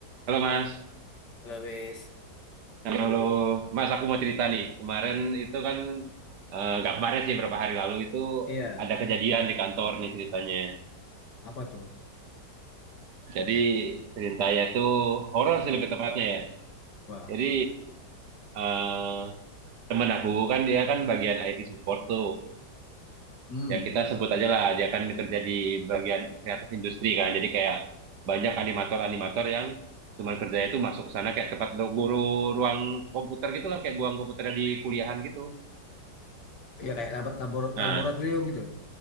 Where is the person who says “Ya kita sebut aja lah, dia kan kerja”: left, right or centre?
Right